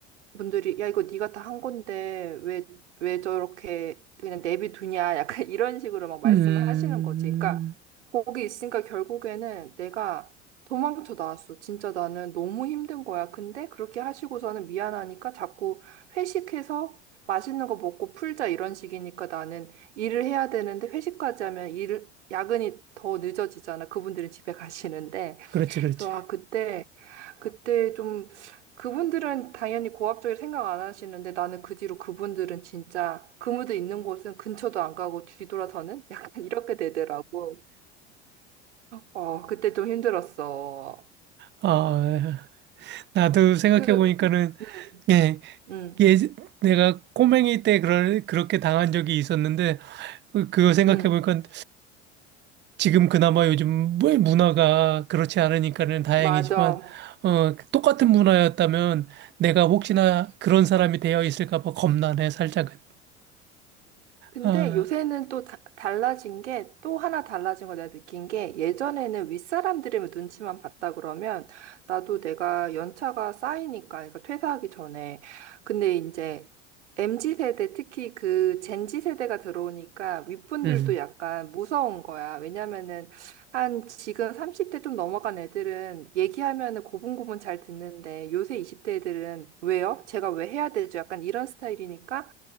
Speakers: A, on the right; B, on the right.
A: 분들이 야 이거 네가 다 한 건데 왜 왜 저렇게 그냥 내비두냐 약간 <laughs> 이런 식으로 막 말씀을
B: 음,
A: 하시는 거지. 그러니까 거기 있으니까 결국에는 내가 도망쳐 나왔어. 진짜 나는 너무 힘든 거야. 근데 그렇게 하시고서는 미안하니까 자꾸 회식해서 맛있는 거 먹고 풀자 이런 식이니까 나는 일을 해야 되는데 회식까지 하면 일 야근이 더 늦어지잖아. 그분들은 집에 가시는데.
B: 그렇지, 그렇지.
A: 그래서 아 그때 그때 좀 그분들은 당연히 고압적일 생각 안 하시는데 나는 그 뒤로 그분들은 진짜 그무도 있는 곳은 근처도 안 가고 뒤돌아서는 <laughs> 약간 이렇게 되더라고. 어 그때 좀 힘들었어.
B: 아, 나도 생각해보니까는,
A: 그 음,
B: 예,
A: 음,
B: 예, 내가 꼬맹이 때 그럴, 그렇게 당한 적이 있었는데, 그- 그거 생각해보니까
A: 음.
B: 지금 그나마 요즘 뭐 문화가 그렇지 않으니까는 다행이지만,
A: 맞아.
B: 어, 똑같은 문화였다면 내가 혹시나 그런 사람이 되어 있을까 봐 겁나네, 살짝은.
A: 근데
B: 아,
A: 요새는 또 다- 달라진 게 또 하나 달라진 거 내가 느낀 게 예전에는 윗사람들의 눈치만 봤다 그러면 나도 내가 연차가 쌓이니까 그러니까 퇴사하기 전에 근데 이제 MZ 세대 특히 그 젠지 세대가 들어오니까 윗분들도
B: 음.
A: 약간 무서운 거야. 왜냐면은 한 지금 30대 좀 넘어간 애들은 얘기하면은 고분고분 잘 듣는데 요새 20대 애들은 왜요? 제가 왜 해야 되죠? 약간 이런 스타일이니까